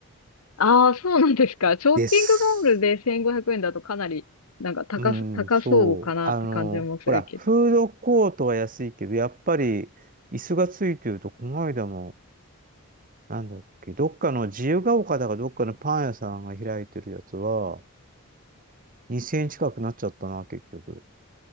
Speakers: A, on the left (about 75°); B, on the right (about 40°).
A: ああ、そうなんですか。ショッピングモールで1500円だとかなり、
B: です。
A: なんか高す、
B: うん、
A: 高そうかなって感じもするけど。
B: そう。あの、ほら、フードコートは安いけど、やっぱり椅子がついてると、この間も、なんだっけ、どっかの自由が丘だかどっかのパン屋さんが開いてるやつは、2000円近くなっちゃったな、結局。